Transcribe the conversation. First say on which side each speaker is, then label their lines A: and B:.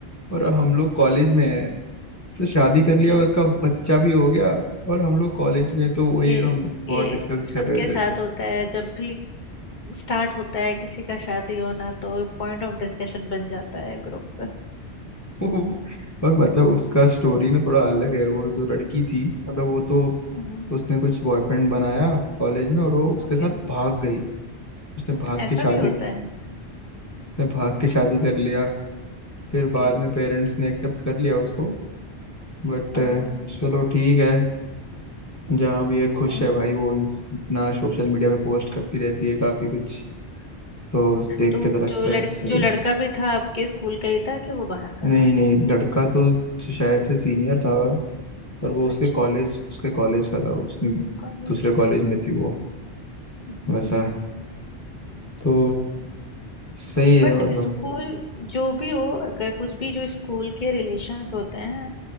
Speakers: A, on the left; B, on the left.
A: और हम लोग कॉलेज में है तो शादी कर
B: अच्छा
A: लिया उसका बच्चा भी हो गया और हम लोग कॉलेज में हैं, तो वही
B: ये
A: हम बहुत
B: ये
A: डिस्कस कर
B: सबके
A: रहे
B: साथ
A: थे
B: होता है जब भी स्टार्ट होता है किसी का शादी होना तो पॉइंट ऑफ डिस्कशन बन जाता है ग्रुप पे
A: <laughs> और मतलब उसका स्टोरी ना थोड़ा अलग है वो जो लड़की थी मतलब वो तो
B: हम्म
A: उसने कुछ बॉयफ्रेंड बनाया कॉलेज में और वो उसके
B: ओके
A: साथ भाग गई उसने भाग
B: ऐसा
A: के शादी
B: भी होता है
A: उसने भाग के शादी कर लिया फिर बाद
B: कि
A: में पेरेंट्स ने एक्सेप्ट कर लिया उसको बट
B: ओ,
A: चलो ठीक है जहाँ भी है
B: अच्छा
A: खुश है भाई वो इंस- अपना सोशल मीडिया पे पोस्ट करती रहती है काफी कुछ तो उस देख
B: तो
A: के तो लगता
B: जो लड़
A: है अच्छा
B: जो
A: ही
B: लड़का भी था आपके स्कूल का ही था कि वो बाहर का
A: नहीं
B: था
A: नहीं लड़का तो शायद से सीनियर था पर वो उसके
B: अच्छा
A: कॉलेज उसके कॉलेज का था उसने
B: कॉलेज
A: दूसरे
B: का।
A: कॉलेज में थी वो
B: हम्म,
A: वैसा तो सही है
B: बट
A: मतलब
B: स्कूल जो भी हो अगर कुछ भी जो स्कूल के रिलेशंस होते हैं